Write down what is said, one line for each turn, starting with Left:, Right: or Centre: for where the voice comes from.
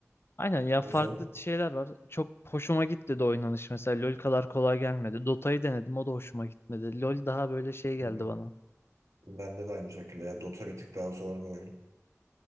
Left: Aynen ya farklı
Right: o zaman
Left: şeyler var. Çok hoşuma gitti de oynanış mesela. LoL kadar kolay gelmedi. Dota'yı denedim o da hoşuma gitmedi. LoL daha böyle şey geldi
Right: hı hı.
Left: bana.
Right: bende de aynı şekilde ya Dota bir tık daha zor bir oyun.